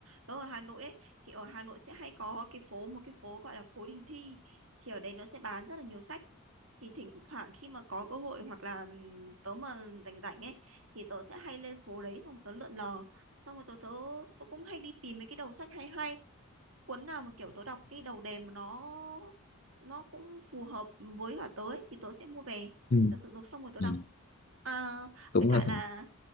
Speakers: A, on the right; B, on the left.
A: tớ ở Hà Nội ấy thì ở Hà Nội sẽ hay có cái phố một cái phố gọi là phố Đình Thi thì ở đấy nó sẽ bán rất là nhiều sách thì thỉnh thoảng khi mà có cơ hội hoặc là ừm, tớ mà rảnh rảnh ấy thì tớ sẽ hay lên phố đấy xong tớ lượn lờ xong rồi tớ tớ tớ cũng hay đi tìm mấy cái đầu sách hay hay cuốn nào mà kiểu tớ đọc cái đầu đề mà nó nó cũng phù hợp với cả tớ ấy, thì tớ sẽ mua về
B: ừ.
A: tớ, tớ, tớ xong rồi tớ
B: Ừ.
A: đọc à,
B: cũng
A: với cả
B: là
A: là